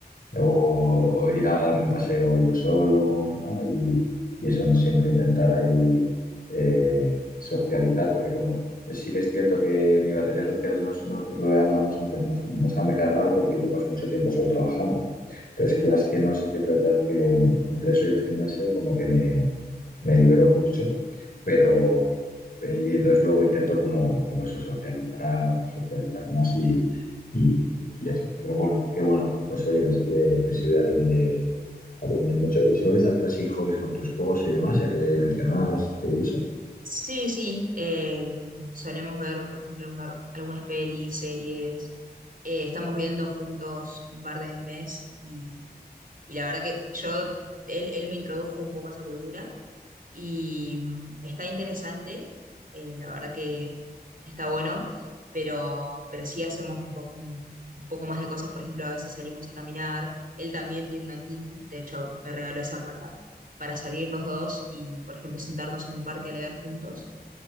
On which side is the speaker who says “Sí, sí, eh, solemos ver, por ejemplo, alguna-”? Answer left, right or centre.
Right